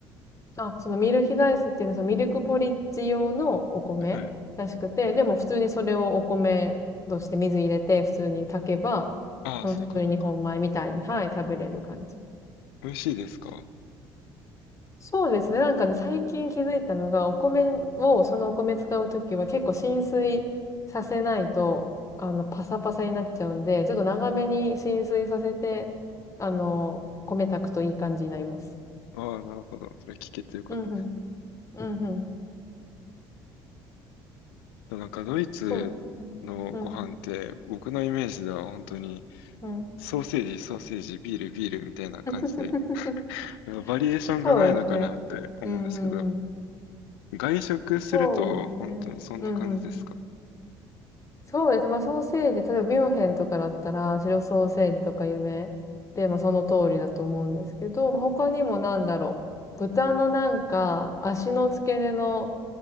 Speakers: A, on the left; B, on the left.
A: あ、そのミルヒダイスっていうのは、そのミルクポリッジ用のお米らしくて、
B: はい。
A: でも普通にそれをお米として水入れて普通に炊けば、
B: ああ、
A: 本当に日本米みたいに、
B: そういうことか。
A: はい、食べれる感じ。
B: 美味しいですか
A: そうですね。なんかね、最近気づいたのが、お米を、そのお米使うときは結構浸水させないと、あの、パサパサになっちゃうんで、ちょっと長めに浸水させて、あの、米炊くといい感じになります。
B: ああ、なるほど。それ聞けてよかったで
A: うんうん。うんうん。
B: す。なんか、ドイツのご飯って、
A: そうですね。うん。
B: 僕のイメージでは本当に、
A: うん。
B: ソーセージ、ソーセージ、ビール、ビールみたいな感じで、
A: <laughs>
B: <laughs> バリエーションがないのかなって思うんですけど、
A: そうですね。うんうんうん。
B: 外食すると本当にそんな感じですか
A: そうね。うんうん。そうですね。まあソーセージ、例えばミュンヘンとかだったら、白ソーセージとか有名で、まあその通りだと思うんですけど、まあ他にもなんだろう。豚のなんか、足の付け根の、